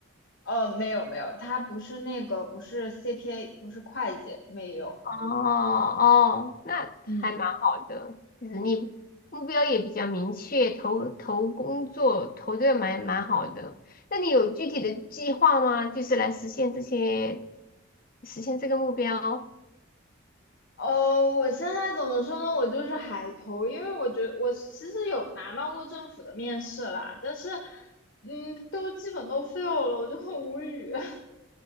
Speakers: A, on the left; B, on the left.
A: 呃，没有没有，他不是那个，不是 CPA，不是会计，没有。
B: 哦哦，那还蛮好的，
A: 嗯。
B: 就是你目标也比较明确，投投工作投的蛮蛮好的。那你有具体的计划吗？就是来实现这些，实现这个目标？
A: 呃，我现在怎么说呢？我就是海投，因为我觉得我其实有拿到过政府的面试啦，但是，嗯，都基本都 fail 了，我就很无语。<laughs>